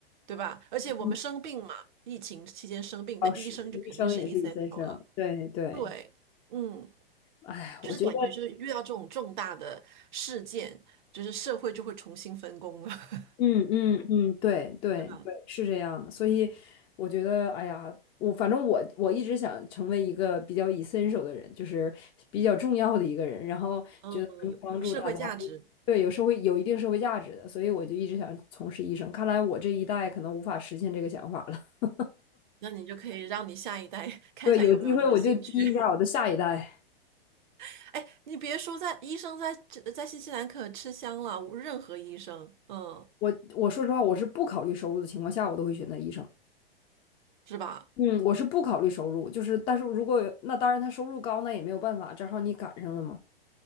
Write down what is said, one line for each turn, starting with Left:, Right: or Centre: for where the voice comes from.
Right: 对吧？而且我们生病嘛，
Left: 嗯，
Right: 疫情期间生病，
Left: 倒是，
Right: 那医生就肯定是
Left: 医生也是一线生。
Right: essential 了。
Left: 对对，
Right: 对，嗯，
Left: 哎，
Right: 就是感觉就是遇到这种重大的事件，
Left: 我觉得。
Right: 就是社会就会重新分工了，<laughs>
Left: 嗯嗯嗯，对对对，
Right: 对吧？
Left: 是这样的。所以我觉得，哎呀，我反正我我一直想成为一个比较以身手的人，就是比较重要的一个人，然后觉得能帮助大家，
Right: 嗯，有有社会价值，
Left: 对，有社会有一定社会价值的，所以我就一直想从事医生。看来我这一代可能无法实现这个想法了。
Right: 那你就可以让你下一代 <laughs>
Left: <laughs>
Right: 看一下有没有这个兴趣。
Left: 对，有机会我就激一下我的下一代。
Right: <laughs> 哎，你别说在医生在这在新西兰可吃香了，任何医生，嗯。
Left: 我我说实话，我是不考虑收入的情况下，我都会选择医生。
Right: 是吧？
Left: 嗯，我是不考虑收入，就是但是如果有那当然他收入高，那也没有办法，正好你赶上了嘛。